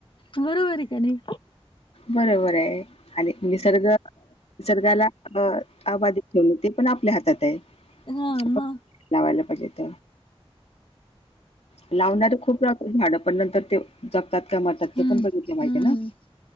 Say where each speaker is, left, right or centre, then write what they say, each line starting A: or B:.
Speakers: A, on the left (about 50°); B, on the left (about 75°).
A: बरोबर आहे का नाही?
B: बरोबर आहे आणि निसर्ग निसर्गाला अ अबाध ठेव ते पण आपल्या हातात आहे.
A: हा
B: आपण
A: मग
B: लावायला पाहिजेत लावणारे खूप लावतेत झाडें पण नंतर तो जगतात का मरतात
A: हम्म
B: ते पण बघितले माहितीे
A: हम्म
B: ना?